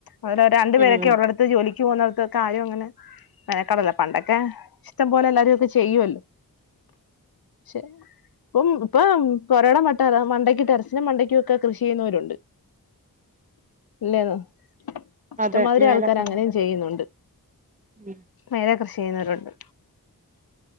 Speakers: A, on the left; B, on the right.
A: ഓരൊ രണ്ട്
B: ഉം
A: പേരൊക്കെള്ളടുത്ത്ജോലിക്ക്
B: ഉം
A: പോകുന്നിടുത്ത് കാര്യം അങ്ങനെ ബേക്ക വല്ലെ പണ്ടൊക്കെ ഇഷ്ടം പോലെ എല്ലാരൊക്കെ ചെയ്യുവല്ലോ ക്ഷേഇപം പാം പൊരാട മട്ട മണ്ടയ്ക്ക് ടെറസിനും മണ്ടയ്ക്കക്കെ കൃഷി ചെയ്യുന്നോരുണ്ട് ഇല്ലേന്ന ഇഷ്ടംമാതിരി
B: അതെ മേലൊക്കെ
A: ആൾക്കാർ അങ്ങനെയും ചെയ്യുന്നുണ്ട്
B: ഉം
A: മൈല കൃഷി ചെയ്യുന്നോര് ണ്ട്